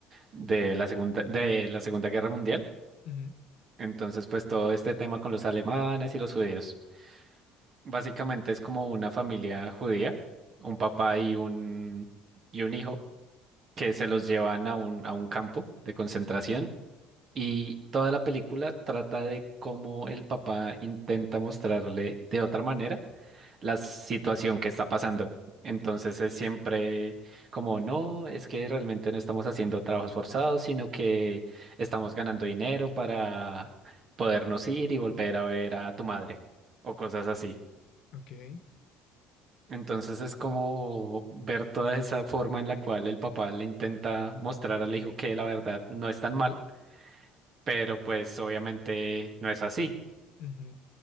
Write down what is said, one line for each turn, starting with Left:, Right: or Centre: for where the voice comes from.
Right: de la segunda, de la Segunda Guerra Mundial.
Left: Ujú,
Right: Entonces, pues todo este tema con los alemanes y los judíos. Básicamente es como una familia judía, un papá y un, y un hijo. que se los llevan a un, a un campo de concentración y toda la película trata de cómo el papá intenta mostrarle de otra manera la situación que está pasando. Entonces es siempre como, no, es que realmente no estamos haciendo trabajos forzados, sino que estamos ganando dinero para podernos ir y volver a ver a tu madre o cosas así.
Left: Ok. Eh,
Right: Entonces es como ver toda esa forma en la cual el papá le intenta mostrar al hijo que la verdad no es tan mal, pero pues obviamente no es así.
Left: ujú,